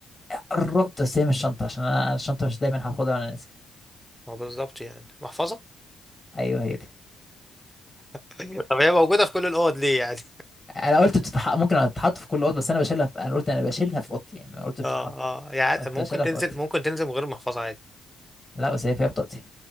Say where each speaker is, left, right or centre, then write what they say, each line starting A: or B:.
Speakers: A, on the left (about 20°); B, in the centre.
A: قربت بس هي مش شنطه عشان انا أنا الشنطه مش دايما هاخدها وانا نازل
B: ما بالظبط يعني محفظة
A: ايوه هي دي <laughs>
B: <laughs> طب هي موجودة في كل الأوض ليه يعني؟
A: انا قلت بتتح... ممكن تتحط في كل اوضه بس انا بشيلها في... انا قلت انا بشيلها في اوضتي يعني ما قلت بتتحط
B: اه اه يعني
A: قلت
B: ممكن
A: بشيلها
B: تنزل
A: في اوضتي
B: ممكن تنزل من غير محفظة عادي
A: لا بس هي فيها بطاقتي